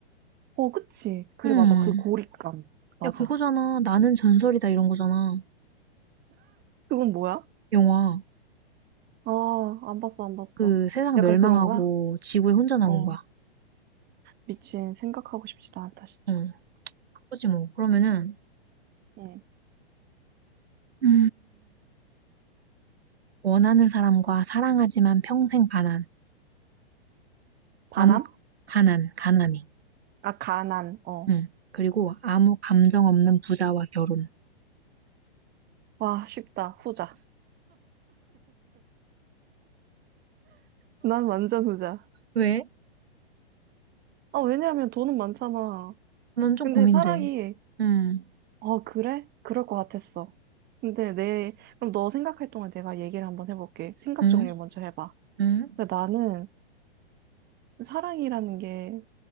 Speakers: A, on the right (about 30°); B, on the right (about 75°).
A: 어, 그치. 그래,
B: 음,
A: 맞아. 그 고립감. 맞아.
B: 야, 그거잖아. 나는 전설이다, 이런 거잖아.
A: 그건 뭐야?
B: 영화.
A: 아, 안 봤어, 안 봤어.
B: 그 세상
A: 약간
B: 멸망하고
A: 그런 거야?
B: 지구에 혼자 남은
A: 어,
B: 거야.
A: 미친, 생각하고 싶지도 않다, 진짜.
B: 응, 그거지 뭐. 그러면은,
A: 응.
B: 음, 원하는 사람과 사랑하지만 평생 가난.
A: 반함?
B: 아무, 가난, 가난이.
A: 아, 가난, 어.
B: 응. 그리고 아무 감정 없는 부자와 결혼.
A: 와, 쉽다. 후자. 난 완전 후자.
B: 왜?
A: 아, 왜냐하면 돈은 많잖아.
B: 난 좀
A: 근데
B: 고민돼.
A: 사랑이,
B: 응,
A: 어, 그래? 그럴 것 같았어. 근데 내, 그럼 너 생각할 동안 내가 얘기를 한번 해볼게. 생각
B: 응,
A: 정리를 먼저 해봐.
B: 응,
A: 근데 나는 사랑이라는 게